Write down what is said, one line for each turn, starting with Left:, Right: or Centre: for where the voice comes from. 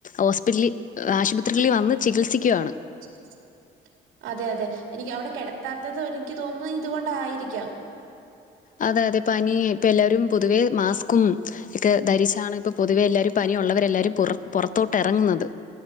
Left: ഹോസ്പിറ്റലി ആശുപത്രികളിൽ വന്ന് ചികിത്സിയ്ക്കുവാണ്.
Right: ചികിത്സി അതെ, അതെ എനിയ്ക്ക് അവടെ കെടത്താത്തത് ഓര് എനിക്ക് തോന്നുന്നു ഇതുകൊണ്ടായിരിക്കാം.
Left: അതെ അതെ പനി ഇപ്പൊ എല്ലാവരും പൊതുവേ മാസ്ക്കും ഒക്കെ ധരിച്ചാണ് ഇപ്പൊ പൊതുവെ എല്ലാവരും പനിയുള്ളവരെല്ലാവരും പുറ പൊറത്തോട്ടെറങ്ങുന്നത്